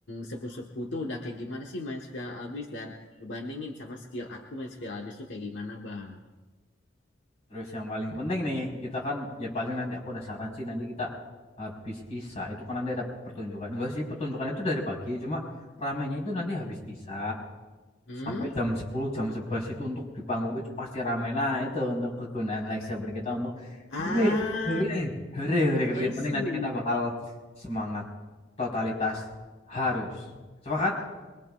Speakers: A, on the left; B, on the left.
A: sepu-sepu tuh udah kayak gimana sih main spiral albis dan ngebandingin sama skill aku main spiral albis tuh kayak gimana bang.
B: terus yang paling penting nih kita kan ya paling nanti aku ada saran sih nanti kita habis isa itu kan nanti ada pertunjukan enggak sih pertunjukan itu dari pagi cuma ramenya itu nanti habis isa
A: Hmm?
B: sampai jam 10 jam 11 itu untuk di panggung itu pasti ramai nah itu untuk kegunaan lightsaber kita untuk
A: Ah,
B: hore hore hore hore gitu
A: I
B: yang
A: see.
B: penting nanti kita bakal semangat totalitas harus sepakat